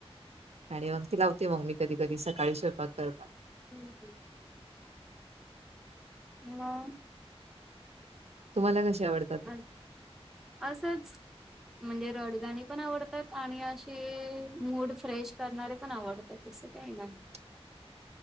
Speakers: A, on the right; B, in the centre.
A: आणि मग ती लावते मग मी कधी कधी सकाळी स्वयंपक् करता
B: ह ह मग
A: तुम्हाला कशी आवडते
B: अं असंच म्हणजे रडगाणी पण आवडतात आणि अशे मूड फ्रेश करणारे पण आवडतात आता तसं काय नाही
A: <inaudible>